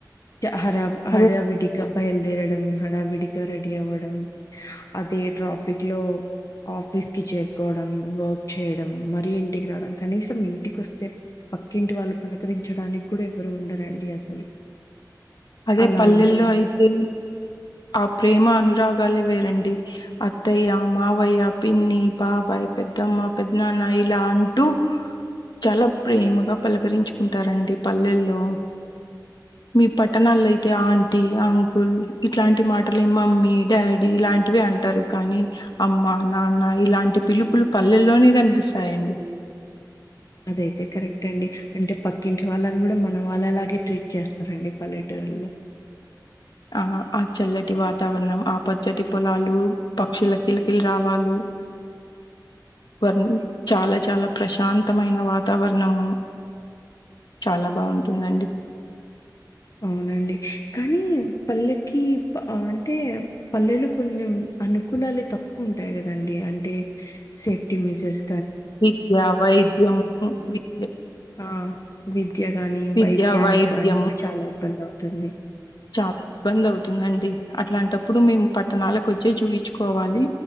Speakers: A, on the left; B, on the left.
A: హరా హర
B: అదే
A: విడిగ బయలుదేరడం హడా విడిగా రెడీ అవ్వడం. అదే ట్రాఫిక్ లో ఆఫీస్ కి చేరుకోవడం. వర్క్ చేయడం మరీ ఇంటికి రావడం కనీసం ఇంటికి వస్తే పక్కింటి వాళ్ళు పనకరించడానికి కూడా ఎవరు ఉండరండి అసలు
B: అదే
A: అలా
B: పల్లెల్లో
A: ఉంటుంది
B: అయితే అప్ ప్రేమ అనురాగాలే వేరండి అత్తయ్య మావయ్య పిన్ని బాబాయ్ పెద్దమ్మ పెద్ద నాన్న ఇలా అంటూ చాలా ప్రేమగా పలకరించుకుంటారండి పల్లెల్లో మీ పట్టణాల్లో అయితే ఆంటీ అంకుల్ ఇట్లాంటి మాటలే మమ్మీ డాడీ ఇలాంటివి అంటారు కానీ అమ్మా నాన్న ఇలాంటి పిలుపులు పల్లెల్లోనే కనిపిస్తాయండి.
A: అదైతే కరెక్ట్ అండి అంటే పక్కింటి వాళ్ళని కూడా మన వాళ్ళలాగే ట్రీట్ చేస్తారంండి పల్లెటూరులో
B: ఆ ఆ చల్లటి వాతావరణం ఆ పచ్చటి పొలాలు పక్షుల కిలకిలు రావాలు వర్ చాలా చాలా ప్రశాంతమైన వాతావరణము చాలా బాగుంటుందండి.
A: అవునండి కానీ పల్లెకి అంటే పల్లెలో కొన్ని అనుకూలలు తక్కువ ఉంటాయి కదండి అంటే సేఫ్టీ మెజెర్స్
B: విద్యా వైద్యం విద్య
A: ఆ విద్ విద్య గాని
B: విద్య
A: వైద్యానికి
B: వైద్యము
A: గానీ చాలా ఇబ్బంది అవుతుంది.
B: చాలా ఇబ్బంది అవుతుందండి. అట్లాంటప్పుడు మేము పట్టణాలకొచ్చే చూయించుకోవాలి.